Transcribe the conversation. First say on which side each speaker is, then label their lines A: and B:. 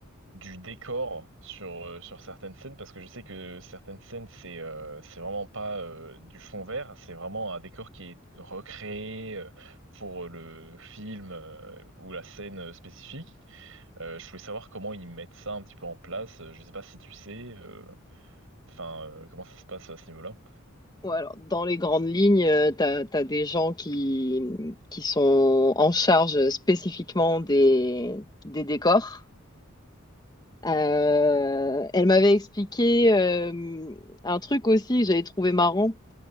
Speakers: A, on the right; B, on the left.
A: du décor sur, euh, sur certaines scènes, parce que je sais que certaines scènes, c'est euh, c'est vraiment pas euh, du fond vert, c'est vraiment un décor qui est recréé euh, pour le film euh, ou la scène euh, spécifique. Euh, je voulais savoir comment ils mettent ça un petit peu en place. Euh, Je sais pas si tu sais, euh, enfin, euh, comment ça se passe à ce niveau-là.
B: Ouais, alors, dans les grandes lignes, euh, t'as, t'as des gens qui, qui sont en charge spécifiquement des, des décors. Euh, elle m'avait expliqué euh, un truc aussi que j'avais trouvé marrant